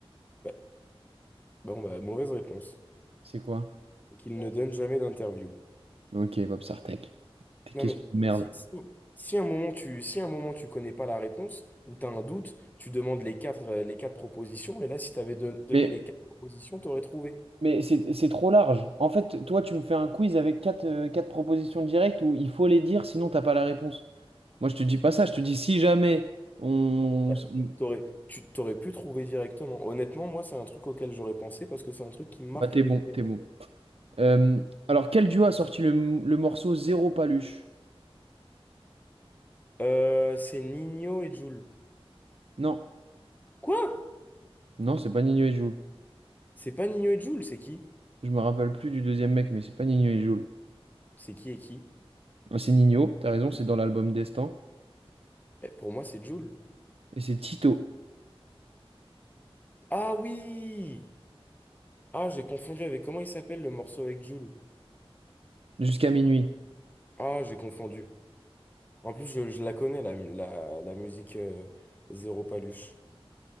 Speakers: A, on the left; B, on the right.
A: Bah, bon, bah, mauvaise réponse.
B: C'est quoi?
A: Et qu'il ne donne jamais d'interview.
B: Ok, Bob Sartek. Tes
A: Non,
B: questions
A: mais
B: de merde.
A: si, si, si un moment tu, si un moment tu connais pas la réponse ou tu as un doute, tu demandes les quatre, euh, les quatre propositions. Et là, si tu avais donné
B: Mais,
A: les quatre propositions, tu aurais trouvé.
B: mais c'est c'est trop large. En fait, toi, tu me fais un quiz avec quatre, euh, quatre propositions directes où il faut les dire, sinon t'as pas la réponse. Moi, je te dis pas ça. Je te dis si jamais on...
A: Ouais.
B: on-
A: T'aurais, tu t'aurais pu trouver directement. Honnêtement, moi, c'est un truc auquel j'aurais pensé parce que c'est un truc qui me marque
B: Bah, t'es
A: avec
B: bon, t'es
A: PNL.
B: bon. Euh, alors, quel duo a sorti le, le morceau Zéro Paluche?
A: Euh, c'est Nino et Jul.
B: Non,
A: Quoi?
B: non, c'est pas Nino et Jul.
A: C'est pas Nino et Jul, c'est qui?
B: Je me rappelle plus du deuxième mec, mais c'est pas Nino et Jul.
A: C'est qui et qui?
B: Ah, C'est Nino, t'as raison, c'est dans l'album Destin.
A: Eh, pour moi, c'est Jul.
B: Et c'est Tito,
A: Ah oui! Ah, j'ai confondu avec comment il s'appelle le morceau avec Jul.
B: Jusqu'à minuit.
A: Ah, j'ai confondu. En plus, je, je la connais, la, la, la musique euh, Zéro Paluche.